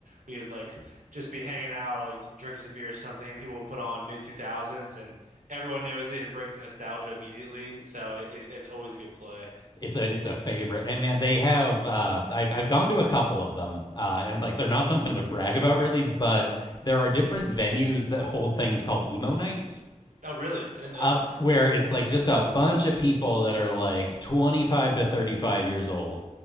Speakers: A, on the right; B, on the left.
A: we would like just be hanging out like drinking some beers or something and people would put on mid 2000s and everyone knows it it brings the nostalgia immediately, so it, it it's always a good play.
B: It's a it's a favorite, and man, they have. Uh, I've I've gone to a couple of them, uh, and like they're not something to brag about really, but there are different venues that hold things called emo nights,
A: Oh, really? I didn't know
B: uh,
A: that.
B: where it's like just a bunch of people that are like 25 to 35 years old